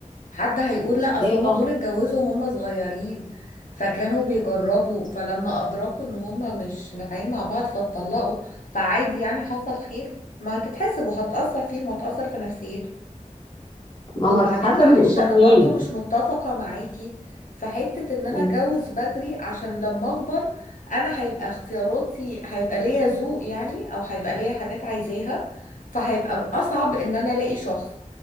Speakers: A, on the left; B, on the left.
A: حد هيقول لا اصل
B: ايوه
A: هما دول اتجوزوا وهم صغيرين فكانوا بيجربوا فلما ادركوا ان هما مش نافعين مع بعض فاتطلقوا فعادي يعني حصل خير ما هتتحسب وهتأثر فيهم وهتأثر في نفسيتهم
B: ما
A: وبعدين
B: هو هتتحسب
A: معلش
B: قصاد
A: انا
B: مين
A: برضو مش متفقة معاكي في حتة ان انا
B: مم.
A: اتجوز بدري عشان لما اكبر انا هيبقى اختياراتي هيبقى ليا ذوق يعني او هيبقى ليا حاجات عايزاها فهيبقى اصعب ان انا الاقي شخص